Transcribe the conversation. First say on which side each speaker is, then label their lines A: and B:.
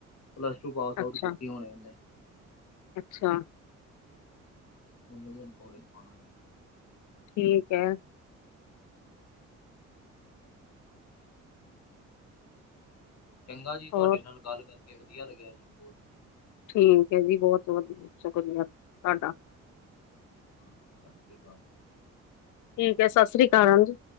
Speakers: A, on the left; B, on the left.
A: ਪਲੱਸ ਟੂ ਪਾਸ ਆਊਟ
B: ਅੱਛਾ
A: ਕੀਤੀ ਹੋਣੇ ਉਹਨੇ
B: ਅੱਛਾ
A: ਉਨੂੰ ਵੀ ਹੁਨ ਕੋਲੇਕ ਪਾਣਾ
B: ਠੀਕ ਹੈ
A: ਚੰਗਾ ਜੀ
B: ਹੋਰ
A: ਤੁਹਾਡੇ ਨਾਲ ਗੱਲ ਕਰਕੇ ਵਧੀਆ ਲੱਗਿਆ ਜੀ ਬਹੁਤ
B: ਠੀਕ ਹੈ ਜੀ ਬਹੁਤ ਵਧੀਆ ਸ਼ੁਕਰੀਆ ਤੁਹਾਡਾ
A: ਹਾਂਜੀ ਸਤਿ ਸ੍ਰੀ ਅਕਾਲ ਜੀ
B: ਠੀਕ ਹੈ ਸਤਿ ਸ੍ਰੀ ਅਕਾਲ ਹਾਂ ਜੀ